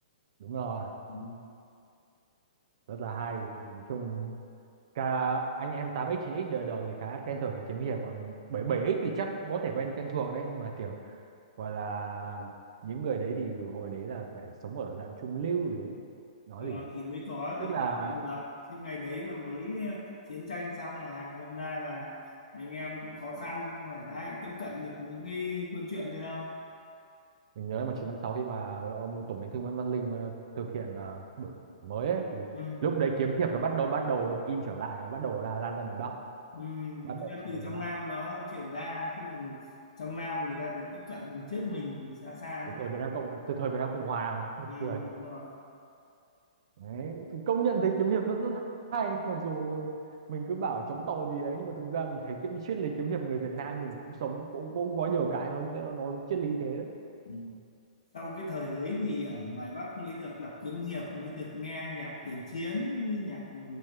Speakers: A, on the right; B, on the left.
A: đúng rồi
B: ừ.
A: rất là hay nói chung cả anh em 8x 9x đời đầu thì khá quen thuộc với kiếm hiệp còn 77x thì chắc cũng có thể quen quen thuộc đấy nhưng mà kiểu gọi là những người đấy thì hồi đấy là phải sống ở dạng trung lưu gì đấy nói
B: Đúng
A: gì
B: rồi,
A: nhỉ
B: thì mới có
A: tức
B: được
A: là
B: tiếp cận được chứ ngày đấy là mới ờ, chiến tranh xong mà đâm ra là anh em cũng khó khăn không phải ai cũng tiếp cận được những cái câu chuyện này đâu
A: mình nhớ 1956 khi mà ông Tổng Bí thư Nguyễn Văn Linh ờ, thực hiện ờ, đổi mới ấy, thì
B: ừ.
A: lúc đấy kiếm hiệp nó bắt đầu bắt đầu được in trở lại và bắt đầu là lan ra miền Bắc
B: Ừ. Nhưng
A: bắt đầu
B: mà
A: lan
B: từ
A: ra miền
B: trong
A: Bắc
B: Nam nó chuyển ra chứ còn trong Nam người ta được tiếp cận trước mình xa xa
A: từ
B: đấy
A: thời Việt Nam Cộng từ thời Việt Nam Cộng Hòa mà buồn
B: ừ.
A: cười
B: Đúng rồi.
A: đấy Thì công nhận thấy kiếm hiệp vẫn rất hay mặc dù mình cứ bảo chống tàu gì đấy nhưng mà thực ra mình thấy kiếm triết lý kiếm hiệp người Việt Nam mình cũng sống cũng, cũng có nhiều cái nó nó triết lý thế đấy
B: Ừ. Sau cái thời đấy thì ở ngoài Bắc mới được đọc kiếm hiệp mới được nghe nhạc tiền chiến với nhạc ừ,